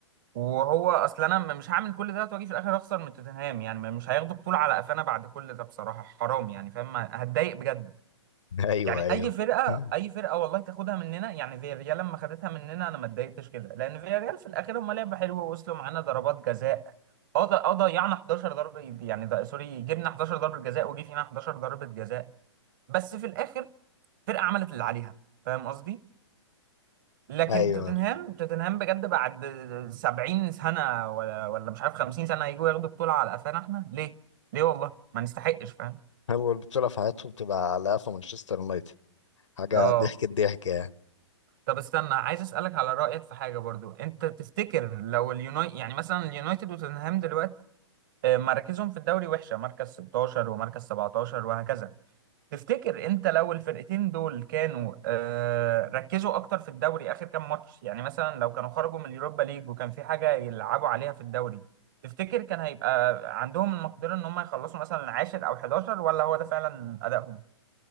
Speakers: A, on the right (about 45°); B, on the left (about 80°).
A: وهو اصلا انا م- مش هعمل كل ده واجي في الاخر اخسر من توتنهام يعني م- مش هياخدوا بطوله على قفانا بعد كل ده بصراحه حرام يعني فاهم هتضايق بجد
B: <laughs> ايوه
A: يعني
B: ايول
A: اي فرقه
B: <clears throat>
A: اي فرقه والله تاخدها مننا يعني فياريال لما خدتها مننا انا ما اتضايقتش كده لان فياريال في الاخر هم لعبه حلوه ووصلوا معانا ضربات جزاء اه ض- اه ضيعنا 11 ضربه يعني ده سوري جبنا 11 ضربه جزاء وجي فينا 11 ضربه جزاء بس في الاخر فرقه عملت اللي عليها فاهم قصدي لكن
B: ايوه
A: توتنهام توتنهام بجد بعد 70 سنة ولا ولا مش عارف 50 سنة هيجوا ياخدوا بطولة على قفانا احنا ليه؟ ليه والله؟ ما نستحقش فاهم؟
B: اول بطولة في حياتهم تبقى على قفا مانشستر يونايتد حاجة
A: اه
B: <laughs> ضحك الضحك يعني
A: طب استنى عايز اسألك على رأيك في حاجة برضو انت تفتكر لو اليونايتد يعني مثلا اليونايتد وتوتنهام دلوقتي آه، مراكزهم في الدوري وحشة مركز 16 ومركز 17 وهكذا تفتكر انت لو الفرقتين دول كانوا آه ركزوا اكتر في الدوري اخر كام ماتش يعني مثلا لو كانوا خرجوا من اليوروبا ليج وكان في حاجه يلعبوا عليها في الدوري تفتكر كان هيبقى عندهم المقدره ان هم يخلصوا مثلا عاشر او 11 ولا هو ده فعلا ادائهم